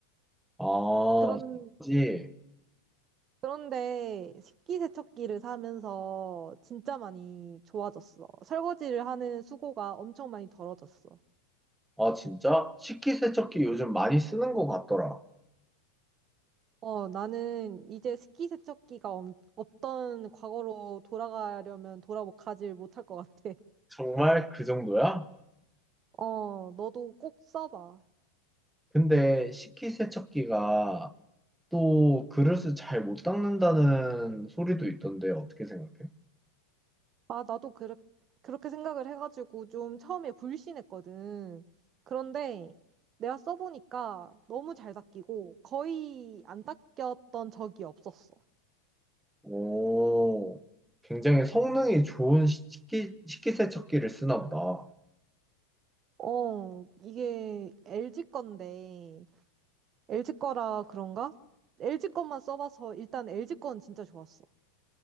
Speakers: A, in the centre; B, on the right.
A: 아,
B: 그런,
A: 그지.
B: 그런데 식기세척기를 사면서 진짜 많이 좋아졌어. 설거지를 하는 수고가 엄청 많이 덜어졌어.
A: 아, 진짜? 식기세척기 요즘 많이 쓰는 것 같더라.
B: 어, 나는 이제 식기세척기가 엄- 없던 과거로 돌아가려면 돌아 가질 못할 것 같아. <laughs>
A: 정말 그 정도야?
B: 어, 너도 꼭 써봐.
A: 근데 식기세척기가 또 그릇을 잘 못 닦는다는 소리도 있던데 어떻게 생각해?
B: 아, 나도 그렇, 그렇게 생각을 해가지고 좀 처음에 불신했거든. 그런데 내가 써보니까 너무 잘 닦이고 거의 안 닦였던 적이 없었어.
A: 오, 굉장히 성능이 좋은 식기, 식기세척기를 쓰나 보다.
B: 어, 이게 LG 건데, LG 거라 그런가? LG 것만 써봐서 일단 LG 건 진짜 좋았어.